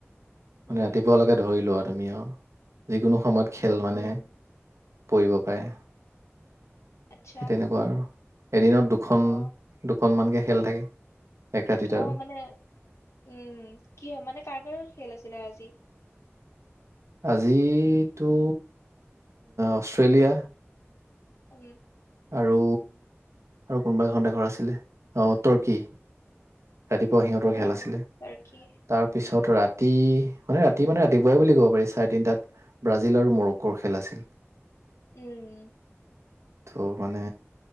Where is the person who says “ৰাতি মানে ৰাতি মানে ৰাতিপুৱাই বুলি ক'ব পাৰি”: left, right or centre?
Right